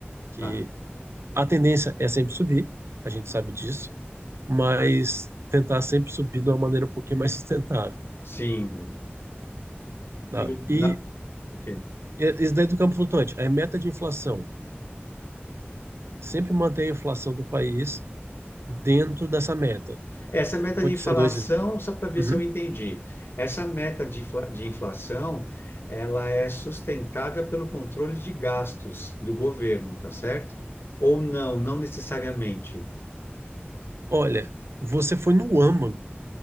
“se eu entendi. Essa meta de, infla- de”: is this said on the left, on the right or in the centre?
Left